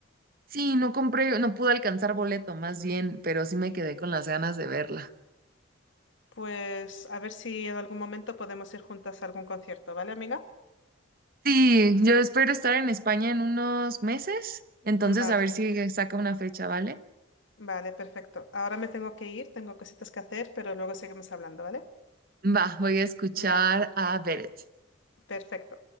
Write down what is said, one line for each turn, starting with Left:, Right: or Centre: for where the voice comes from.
Right: Sí, no compré, no pude alcanzar boleto más bien, pero sí me quedé con las ganas de verla.
Left: Pues a ver si en algún momento podemos ir juntas a algún concierto, ¿vale, amiga?
Right: Sí, yo espero estar en España en unos meses, entonces
Left: Vale,
Right: a ver si saca una fecha, ¿vale?
Left: vale, perfecto. Ahora me tengo que ir, tengo cositas que hacer, pero luego seguimos hablando, ¿vale?
Right: Va, voy a escuchar
Left: Venga.
Right: a Beret.
Left: Perfecto.